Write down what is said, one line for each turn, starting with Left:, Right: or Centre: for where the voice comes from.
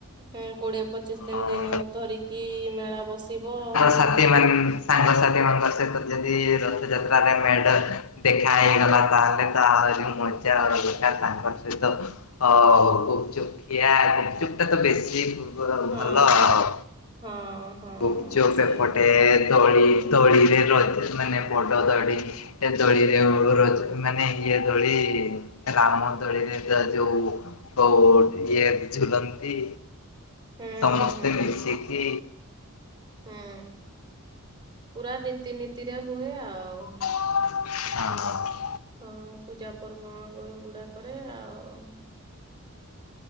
Right: ଉଁ କୋଡିଏ ପଚିଶ
Left: ହଁ
Right: ଦିନ ଦିନ ଧରିକି ମେଳା ବସିବ। ହଁ
Left: ସାଥି ମାନେ ସାଙ୍ଗସାଥି ମାନଙ୍କ ସହିତ ଯଦି ରଥଯାତ୍ରାରେ ମେଡ ଦେଖା ହେଇଗଲା ତାହେଲେ ତ ଆହୁରି ମଜା ଆଉ ତାଙ୍କର ସହିତ ଅ ଗୁପଚୁପ ଖିଆ ଗୁପଚୁପ ଟା ତ ବେଶି ଭଲ
Right: ହଁ
Left: ଆଉ
Right: ହଁ ହଁ
Left: ଗୁପଚୁପ
Right: ସେଇଭଳିଆ
Left: ଏପଟେ ଦୋଳି ଦୋଳିରେ ରେ ର ମାନେ ବଡ଼ ତଡ଼ି ଏ ଦଳିରେ ରଜ ମାନେ ଇଏ ଦୋଳି ରାମ ଦୋଳିରେ ତ ଯୋଉ ହୋ ଇଏ ଝୁଲନ୍ତି।
Right: ହୁଁ
Left: ସମସ୍ତେ
Right: ହୁଁ
Left: ମିଶିକି
Right: ହୁଁ ପୁରା ରୀତିନୀତିରେ ହୁଏ ଆଉ।
Left: ହଁ।
Right: ହଁ ପୂଜାପର୍ବ ଗୁଡ଼ ଗୁଡାକରେ ଆଉ